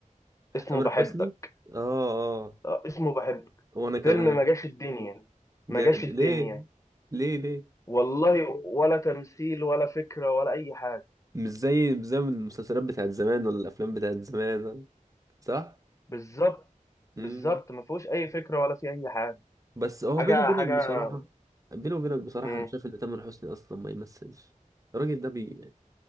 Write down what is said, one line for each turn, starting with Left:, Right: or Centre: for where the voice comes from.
Left: اسمه
Right: تامر
Left: بحبك
Right: حسني اه اه
Left: آه اسمه بحبك
Right: وانا كمان
Left: فيلم ما جاش الدنيا
Right: جاد
Left: ما جاش الدنيا
Right: ليه ليه ليه
Left: والله ولا تمثيل ولا فكره ولا اي حاجه
Right: مش زي مش زي من المسلسلات بتاعت زمان ولا الافلام بتاعت زمان صح
Left: بالظبط
Right: امم
Left: بالظبط ما فيهوش اي فكره ولا في اي حاجه
Right: بس هو
Left: حاجه
Right: بينه وبينك
Left: حاجه
Right: بصراحه بينه وبينك بصراحه
Left: مم.
Right: انا شايف ان تامر حسني اصلا ما يمثلش الراجل ده بي